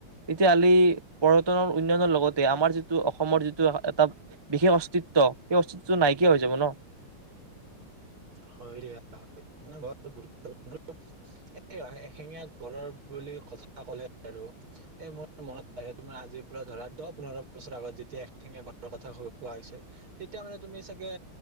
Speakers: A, on the right; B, on the right.
A: তেতিয়াাহালি পৰ্যটনৰ উন্নয়নৰ লগতে আমাৰ যিটো অসমৰ যিটো এটা বিশেষ অস্তিত্ব সেই অস্তিত্বটো নাইকিয়া হৈ যাব ন
B: হয় দ বৰ গুৰুতৰ্ এ এশেঙীয়া গৰৰ বুলি কথা ক'লে আৰু এ মোৰ মনত আহে তোমাৰ আজি ৰা ধৰা দহ পোন্ধৰ বছৰ আগত যেতিয়ােঙে ঘৰ কথা কোৱা হৈছিল তেতিয়া মানে তুমি চাগে